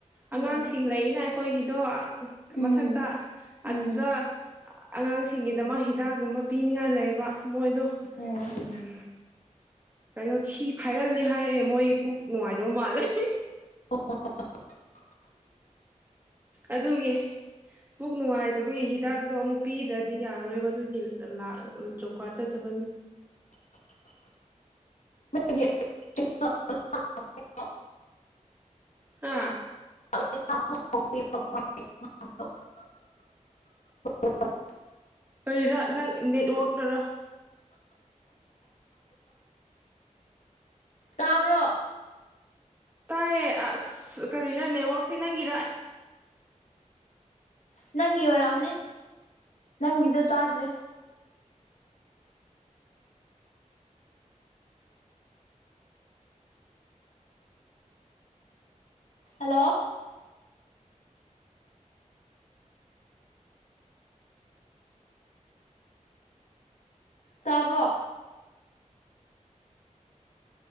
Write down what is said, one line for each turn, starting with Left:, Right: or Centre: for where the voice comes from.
Left: ꯎꯝ
Right: ꯑꯉꯥꯡꯁꯤꯡ ꯂꯩꯅ ꯑꯩꯈꯣꯏꯒꯤꯗꯣ
Left: ꯎꯝ
Right: ꯃꯊꯛꯇ
Left: ꯎꯝ
Right: ꯑꯗꯨꯗ ꯑꯉꯥꯡꯁꯤꯡꯒꯤꯗꯃꯛ ꯍꯤꯗꯥꯛꯒꯨꯝꯕ ꯄꯤꯅꯤꯡꯉꯥꯏ ꯂꯩꯕ ꯃꯣꯏꯗꯣ
Left: ꯎꯝ
Right: ꯎꯝ ꯀꯩꯅꯣ ꯊꯤ ꯐꯥꯏꯒꯜꯂꯦ ꯍꯥꯏꯌꯦ ꯃꯣꯏ ꯄꯨꯛ ꯅꯨꯡꯉꯥꯏꯗꯕ ꯃꯥꯜꯂꯦ
Left: <inaudible>
Right: ꯑꯗꯨꯒꯤ ꯄꯨꯛ ꯅꯨꯡꯉꯥꯏꯗꯕꯒꯤ ꯍꯤꯗꯥꯛꯗꯣ ꯑꯃꯨꯛ ꯄꯤꯗ꯭ꯔꯗꯤ ꯌꯥꯔꯣꯏꯕ ꯑꯗꯨꯒꯤ ꯂꯥꯛ ꯖꯣꯕ ꯀꯥꯔꯗ ꯆꯠꯇꯕ ꯕꯅꯤ
Left: <unintelligible> ꯅꯪꯒꯤ ꯀꯩ ꯅꯣ ꯑ ꯑ <unintelligible>
Right: ꯍꯥꯥ
Left: <unintelligible>
Right: ꯀꯔꯤꯔꯥ ꯅꯪ ꯅꯦꯠꯋꯛꯅꯔꯥ
Left: ꯇꯥꯕ꯭ꯔꯣ
Right: ꯇꯥꯏꯑꯦ ꯑꯁ ꯀꯔꯤꯔ ꯅꯦꯠꯋꯥꯛꯁꯦ ꯅꯪꯒꯤꯔ
Left: ꯅꯪꯒꯤ ꯑꯣꯏꯔꯝꯅꯤ ꯅꯪꯒꯤꯗꯨ ꯇꯥꯗ꯭ꯔꯦ ꯍꯜꯂꯣ ꯇꯥꯕ꯭ꯔꯣ